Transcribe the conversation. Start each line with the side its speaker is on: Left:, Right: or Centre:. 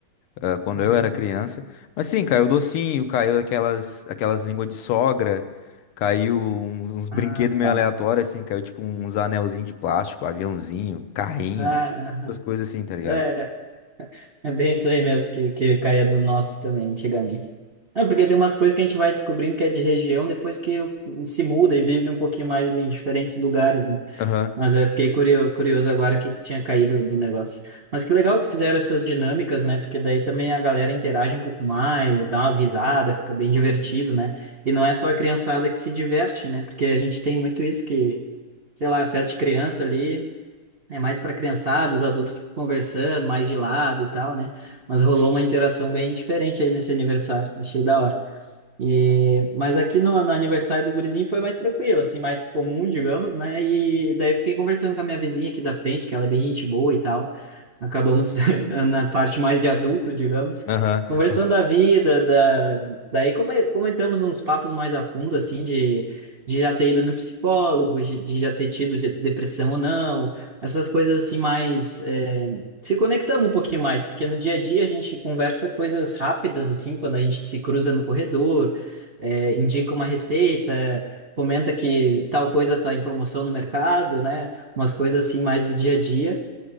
Left: ah, quando
Right: Uhum.
Left: eu era criança. Mas sim, caiu docinho, caiu aquelas, aquelas línguas de sogra, caiu uns, uns brinquedos
Right: Ah,
Left: meio
Right: tá.
Left: aleatórios, assim, caiu tipo uns anelzinhos de plástico, aviãozinho, carrinho,
Right: Ah, aham.
Left: essas coisas assim, tá ligado?
Right: é, é bem isso aí mesmo que, que caía dos nossos também, antigamente. É, porque tem umas coisas que a gente vai descobrindo que é de região depois que se muda e vive um pouquinho mais em diferentes lugares, né?
Left: Aham,
Right: Mas eu fiquei curio- curioso agora o que que tinha caído do negócio. Mas que legal que fizeram essas dinâmicas, né? Porque daí também a galera interage um pouco mais, dá umas risadas, fica bem divertido, né? E não é só a criançada que se diverte, né? Porque a gente tem muito isso que, sei lá, é festa de criança ali é mais para criançada, os adultos ficam conversando mais de lado e tal, né? Mas rolou uma interação bem diferente aí nesse aniversário. Achei da hora. E, mas aqui no, no aniversário do gurizinho foi mais tranquilo, assim, mais comum, digamos, né? E daí eu fiquei conversando com a minha vizinha aqui da frente, que ela é bem gente boa e tal. Acabamos <laughs> na parte mais de adulto, digamos,
Left: aham.
Right: conversando
Left: <laughs>
Right: da vida, da... daí come- comentamos uns papos mais a fundo, assim, de, de já ter ido no psicólogo, de, de já ter tido de- depressão ou não, essas coisas assim mais... é, se conectamos um pouquinho mais, porque no dia a dia a gente conversa coisas rápidas, assim, quando a gente se cruza no corredor, é, indica uma receita, comenta que tal coisa está em promoção no mercado, né? Umas coisas assim mais do dia a dia.